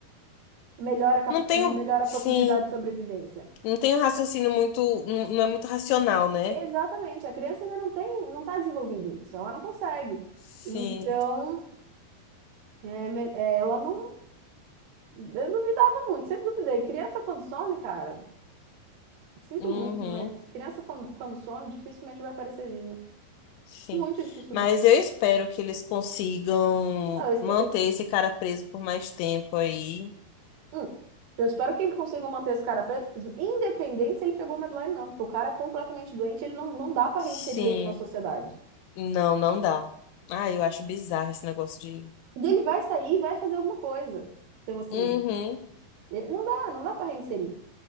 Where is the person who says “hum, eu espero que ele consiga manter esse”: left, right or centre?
Right